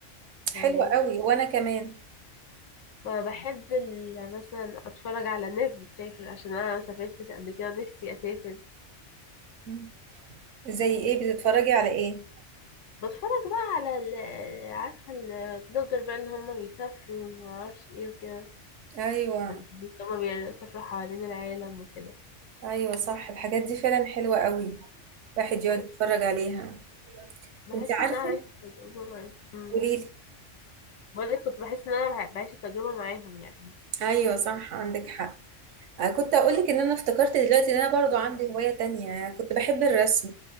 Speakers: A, on the left (about 80°); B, on the right (about 80°).
A: فاهماني
B: حلوة قوي وأنا كمان
A: فبحب ال- مثلا اتفرج على الناس بتسافر عشان انا مسافرتش قبل كده نفسي اسافر
B: مم. زي إيه بتتفرجي على إيه
A: بتفرج بقى على ال عارفة البلوجر بقى اللي هما بيسافروا ومعرفش ايه وكده
B: أيوة
A: يعني هما بيسافروا حوالين العالم وكده
B: أيوة صح الحاجات دي فعلا حلوة قوي الواحد يقعد
A: بس
B: يتفرج عليها
A: بحس
B: أنت عارفة
A: ان انا عايشة التجربة معاهم أمم.
B: قوليلي
A: بقولك كنت بحس ان انا بع- بعيش التجربة معاهم يعني
B: أيوة صح عندك حق أنا كنت أقول لك إن أنا افتكرت دلوقتي إن أنا برضو عندي هواية تانية يعني كنت بحب الرسم